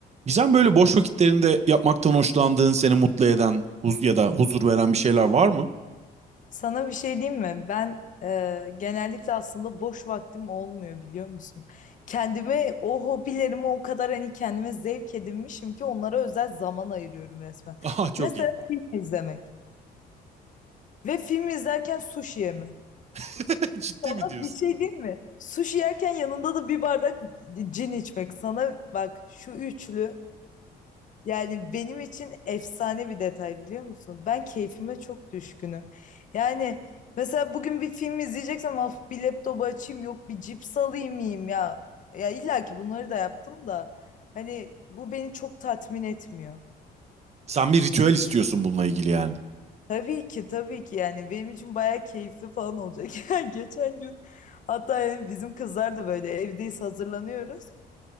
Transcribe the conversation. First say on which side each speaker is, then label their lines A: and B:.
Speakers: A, on the right; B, on the left.
A: Gizem böyle boş vakitlerinde yapmaktan hoşlandığın, seni mutlu eden huz ya da huzur veren bir şeyler var mı?
B: Sana bir şey diyeyim mi? Ben e, genellikle aslında boş vaktim olmuyor biliyor musun? Kendime o hobilerimi o kadar hani kendime zevk edinmişim ki onlara özel zaman ayırıyorum resmen.
A: <laughs> Aha çok
B: Mesela
A: iyi.
B: film izlemek ve film izlerken sushi yemek.
A: <laughs> Ciddi
B: Ama
A: mi diyorsun?
B: bir şey değil mi? Sushi yerken yanında da bir bardak cin içmek. Sana bak şu üçlü Yani benim için efsane bir detay biliyor musun? Ben keyfime çok düşkünüm. Yani mesela bugün bir film izleyeceksem of bir laptopu açayım yok bir cips alayım yiyeyim ya. Ya illa ki bunları da yaptım da hani bu beni çok tatmin etmiyor.
A: Sen bir ritüel istiyorsun bununla ilgili yani.
B: Tabii ki tabii ki yani benim için bayağı keyifli falan olacak. <laughs> Yani geçen gün hatta yani bizim kızlar da böyle evdeyiz hazırlanıyoruz.